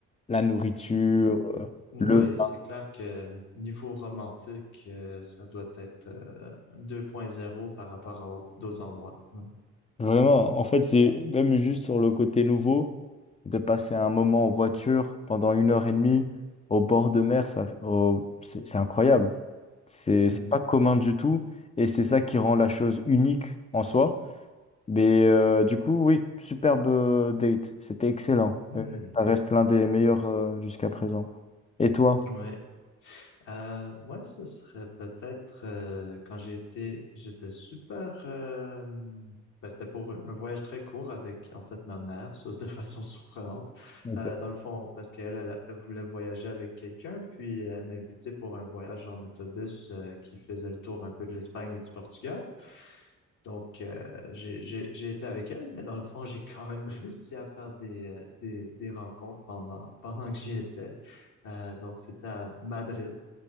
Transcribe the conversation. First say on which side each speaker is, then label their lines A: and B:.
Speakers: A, on the left; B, on the left.
A: la nourriture,
B: mhm.
A: euh,
B: Oui,
A: le
B: c'est clair que niveau romantique, euh, ça doit être euh, 2.0 par rapport à au- d'autres endroits. Ouais.
A: Vraiment, en fait, c'est même juste sur le côté nouveau, de passer un moment en voiture pendant une heure et demie au bord de mer, ça, au- c'est c'est incroyable. C'est
B: Mhm.
A: c'est pas commun du tout et c'est ça qui rend la chose unique en soi. Mais euh, du coup, oui, superbe euh, date, c'était excellent.
B: Hmm.
A: Euh, Ça reste l'un des meilleurs euh, jusqu'à présent. Et toi?
B: Ouais. Euh, moi, ce serait peut-être euh, quand j'ai été, j'étais super. euh, ben, c'était pour un un voyage très court avec en fait ma mère, ça de façon <laughs> surprenante.
A: Ok.
B: Euh, dans le fond, parce qu'elle elle, elle voulait voyager avec quelqu'un, puis elle m'a invité pour un voyage en autobus euh, qui faisait le tour un peu de l'Espagne et du Portugal. Donc, euh, j'ai, j'ai, j'ai été avec elle, mais dans le fond, j'ai quand même <laughs> réussi à faire des, euh, des, des rencontres pendant, pendant que j'y étais. Euh, donc, c'était à Madrid.